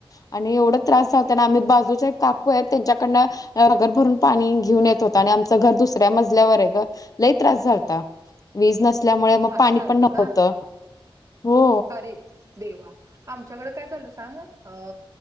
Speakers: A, on the left (about 40°); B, on the right (about 35°).
A: आणि एवढं त्रास झाालताना आम्ही बाजूचे काकू आहेत त्यांच्याकडन. घर भरून पाणी घेऊन येत होत आणि आमचं घर दुसऱ्या मजल्यावर ग लई त्रास झाता. वीज नसल्यामुळे मग
B: असं
A: पाणी
B: झालतं
A: पण नव्हतं
B: का?
A: हो.
B: अरे देवा. आमच्याकडे काय झालं सांग अ